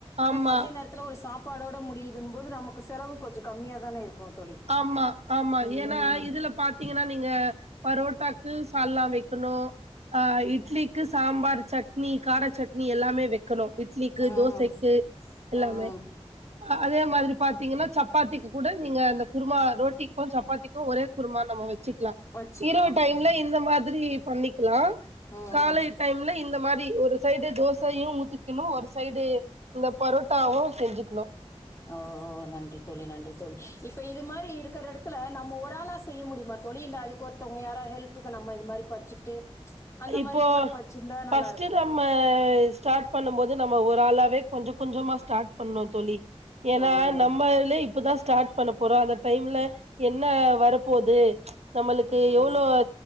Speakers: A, on the left; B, on the right.
A: ஆனா
B: ஆமா
A: மதிய நேரத் தில ஒரு சாப்பாடோட முடியுதுன்னும்போது நமக்கு செலவு கொஞ்சம் கம்மியாக தானே இருக்கு தோழி
B: ஆமா ஆமா
A: ம்
B: ஏன்னா இதுல பா தீங்கன்னா நீங்க பரோட்டாக்கு சால்னா வெக்கணு ஆ இட்லிக்கு சாம்பார் சட்னி கார சட்னி எல்லாமே வெ க்கணு இட்லிக்கு
A: ம்
B: தோசைக்கு எல்லாமே
A: ம்
B: அ அதே மாதிரி பாத்தீங்கன்னா சப்பாத்திக்கு கூட நீங்க அந்த குருமா ரோட்டி க்கு சப்பாத்திக்கு ஒரே குருமா நம்ம வெச்சுக்கலா
A: வச்சுக்கலாம்
B: இரவு டைம்ல
A: ம்
B: இந்த மாதிரி பண்ணிக்கலா
A: ம்
B: காலைல
A: ம்
B: டைம் ல இந்த மாரி ஒரு சைடு தோசையு ஊத்திக்கணு ஒரு சைடு இந்த பரோட்டாவு செஞ்சுக்கணு
A: ஓ நன்றி தோழி நன்றி தோழி இப்ப இது மாரி இருக்கிற எடத்துல நம்ம ஒருளா செ ய்ய முடியுமா தோழி இல்ல அது ஒருத்தவங்க யாரா ஹெல்ப்புக்கு நம்ம இது மாரி பச்சுட்டு அந்த
B: இப்போ
A: மாரி கூட பச்சிருந்தா
B: ஃபஸ்ட்டு
A: நல்லாயிருக்குமா
B: நம்ம ஸ்டார்ட் பண்ணும் போது நம்ம ஒரு ஆளாவே கொஞ்சோ கொஞ்சமா ஸ்டார்ட் பண்ணனு தோழி ஏன்னா
A: ம்
B: நம்ம இதுலே இப்பதா ஸ்டார்ட் பண்ண போறோ அந்த டைம்ல என்ன வரப்போது நம்ளுக்கு
A: ம்
B: எவ்ளோ அ